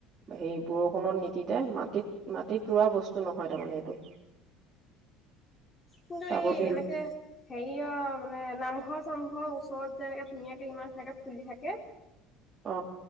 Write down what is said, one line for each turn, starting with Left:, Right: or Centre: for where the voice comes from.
Right: সেই বৰষুণত নিতিতে মাটিত মাটিত ৰোৱা বস্তু নহয় তাৰমানে এইটো।
Left: কিন্তু
Right: টাবতে
Left: এই এনেকে হেৰি অ মানে নামঘৰ মানুহৰ ওচৰত যেনেকে ধুনীয়াকে ইমান তেনেকে ফুলি থাকে।
Right: অ